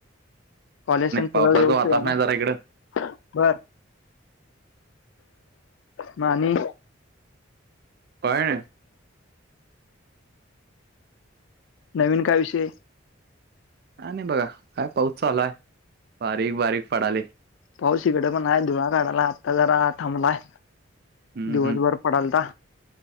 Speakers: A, on the left (about 75°); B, on the right (about 50°).
A: कॉलेज तेण सगळं
B: पावसाचं
A: व्यवस्थित
B: वातावरण
A: हाय नव्हं
B: आहे जरा इकडं
A: बर मग आणि
B: काय नाही
A: नवीन काय विषय
B: काय नाही बघा काय पाऊस चालूय बारीक बारीक पडालय
A: पाऊस इकडं पण आहे धुरळा काढालाय आत्ता जरा थांबलाय
B: हम्म
A: दिवसभर
B: हम्म
A: पडालता